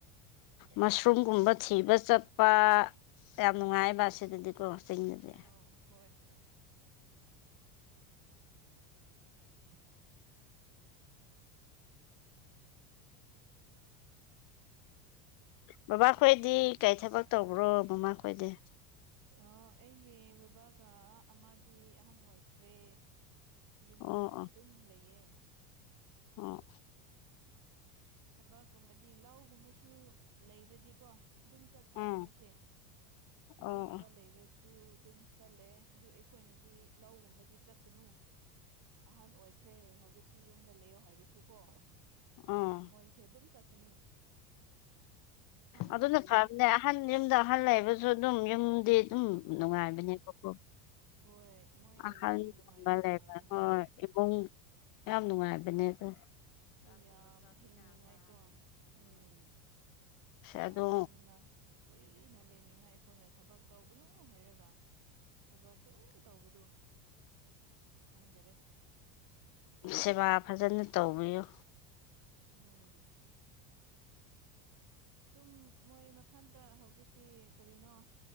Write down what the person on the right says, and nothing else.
ꯑꯥ ꯍꯣꯏ ꯍꯣꯏ <inaudible> ꯆꯠꯄꯅꯦ <unintelligible>
ꯑꯣ ꯑꯩꯒꯤ ꯕꯕꯥꯒ ꯑꯃꯥꯗꯤ ꯑꯍꯥꯟ ꯑꯣꯏꯈ꯭ꯔꯦ ꯌꯨꯝꯗꯅ
ꯑꯗꯨꯝ ꯂꯩꯌꯦ
ꯊꯕꯛꯒꯨꯝꯕꯗꯤ ꯂꯧꯒꯨꯝꯕꯁꯨ ꯂꯩꯈ꯭ꯔꯗꯤꯀꯣ ꯑꯗꯨꯝ ꯆꯠꯄ
ꯃꯣꯏꯁꯦ ꯂꯧꯒꯨꯝꯕ
ꯂꯩꯔꯁꯨ ꯁꯨ ꯑꯗꯨꯝ ꯆꯠꯂꯦ ꯑꯗꯨ ꯑꯩꯈꯣꯏꯅꯗꯤ ꯂꯧꯒꯨꯝꯕꯗꯤ ꯆꯠꯀꯅꯨ ꯑꯍꯟ ꯑꯣꯏꯈ꯭ꯔꯦ ꯍꯧꯖꯤꯛꯇꯤ ꯌꯨꯝꯗ ꯂꯩꯌꯣ ꯍꯥꯏꯔꯁꯨꯀꯣ
ꯃꯣꯏꯁꯦ ꯑꯗꯨꯝ ꯆꯠꯀꯅꯤ ꯈꯪꯕ
ꯉꯝꯗꯦ
ꯍꯣꯏ ꯃꯣꯏ ꯂꯩꯕꯒꯤ
ꯅꯨꯡꯉꯥꯏꯗꯤ
ꯅꯨꯡꯉꯥꯏꯕꯅꯦ
ꯑꯗꯨ ꯌꯥꯝ ꯍꯤꯡꯅꯤꯡꯉꯥꯏꯀꯣ ꯎꯝ ꯌꯥꯝꯅ
ꯀꯨꯏꯅ ꯂꯩꯅꯤꯡꯉꯥꯏ ꯑꯩꯈꯣꯏꯅ ꯊꯕꯛ ꯇꯧꯕꯒꯅꯨ ꯍꯥꯏꯔꯒ ꯊꯕꯛ ꯑꯗꯨꯝ ꯇꯧꯕꯗꯨ ꯈꯪꯗꯔꯦ
ꯎꯝ ꯑꯗꯨꯝ ꯃꯣꯏ ꯃꯊꯟꯇ ꯍꯧꯖꯤꯛꯇꯤ ꯀꯔꯤꯅꯣ